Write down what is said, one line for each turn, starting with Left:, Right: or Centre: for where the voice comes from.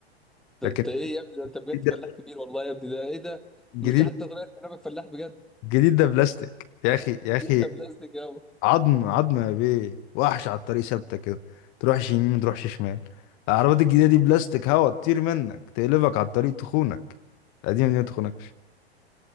Centre: طب
Left: لكن
Centre: انت ايه يا ابني ده انت بجد
Left: الجديد
Centre: فلاح
Left: ده
Centre: كبير والله يا ابني ده ايه ده
Left: الجديد
Centre: مش حتى طريقه كلامك فلاح بجد
Left: الجديد ده بلاستيك يا اخي يا اخي
Centre: انت بلاستيك يابا
Left: عظم عظم يا بيه وحش على الطريق ثابته كده تروحش يمين متروحش شمال العربيات الجديده دي بلاستيك هوا تطير منك تقلبك على الطريق تخونك القديمه دي ما تخونكش